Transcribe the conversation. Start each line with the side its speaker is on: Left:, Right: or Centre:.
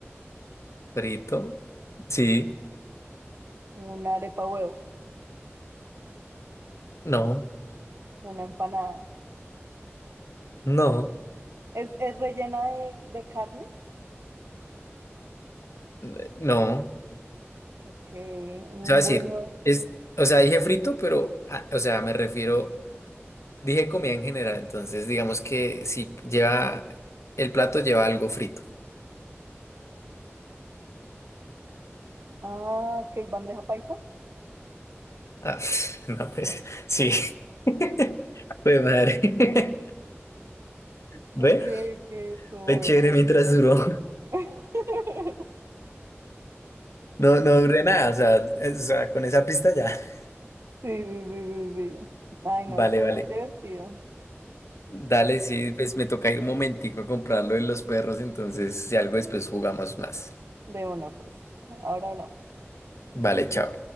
Left: Frito, sí,
Right: Una arepa huevo.
Left: no,
Right: Una empanada.
Left: no,
Right: ¿Es, es rellena de, de carnes?
Left: n- no.
Right: Ok, un
Left: O sea, decir,
Right: buñuelo.
Left: es, o sea, dije frito, pero, ah, o sea, me refiero, dije comida en general. Entonces, digamos que si lleva, el plato lleva algo frito.
Right: Ah, ok, bandeja paisa.
Left: Ah, <laughs> no, pues, sí. <laughs> Pues madre. <laughs> ¿Ve?
Right: Ok, ok, estuvo
Left: Fue
Right: buena,
Left: chévere
Right: estuvo.
Left: mientras duró.
Right: <laughs>
Left: No, no duré nada, o sea, es- o sea, con esa pista ya. <laughs>
Right: Sí, sí, sí, sí, sí. Ay, no,
Left: Vale,
Right: estuvo
Left: vale.
Right: muy divertido.
Left: Dale, sí, pues me toca ir un momentico a comprarlo de los perros, entonces si algo después jugamos más.
Right: De una, pues. Ahora hablamos.
Left: Vale, chao.